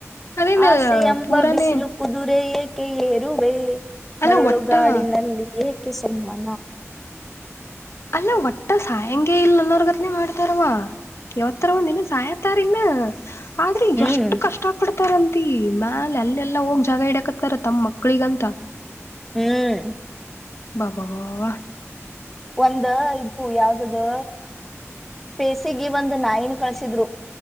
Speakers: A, on the left; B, in the centre.
A: ಅದೇನ್
B: ಆಸೆ ಎಂಬ
A: ಪೂರಾನೇ
B: ಬಿಸಿಲು ಕುದುರೆ ಏಕೆ ಕೆ ಏರುವೆ
A: ಅಲ್ಲ
B: ಮರಳು
A: ಒಟ್ಟ
B: ಗಾಡಿನಲ್ಲಿ ಏಕೆ ಸುಮ್ಮನೆ
A: ಅಲ್ಲ ಒಟ್ಟ ಸಾಯಂಗೆ ಇಲ್ಲ ಅನ್ನೋರ್ಗತ್ನೆ ಮಾಡ್ತಾರವಾ ಯಾವತ್ತರ ಒಂದ್ಿನ ಸಾಯತಾರ್ಿಲ್ಲ ಆದ್ರೆ
B: ಹ್ಮ್
A: ಎಷ್ಟು ಕಷ್ಟ ಪಡ್ ಹತಾರಂತಿ ಮ್ಯಾಲ ಅಲ್ಲೆಲ್ಲಾ ಹೋಗಿ ಜಾಗ ಹಿಡಾಕತ್ತಾರ ತಮ್ಮ ಮಕ್ಳಿಗಂತ
B: ಹ್ಮ್
A: ಬಾ ಬ
B: ಒಂದ ಇದು ಯಾವ್ದದು ಪೇಸಿಗೆ ಒಂದು ನಾಯಿನ ಕಳ್ಸಿದ್ರು